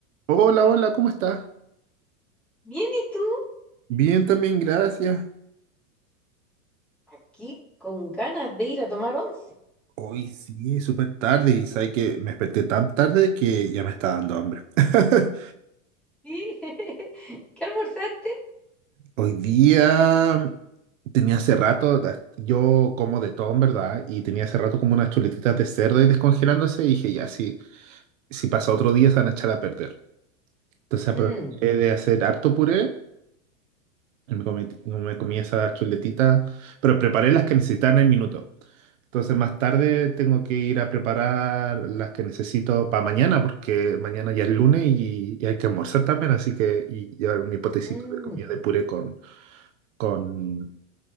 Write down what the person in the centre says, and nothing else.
Bien, ¿y tú?
Aquí con ganas de ir a tomar once.
Sí. <laughs> ¿Qué almorzaste?
Mm,
mm.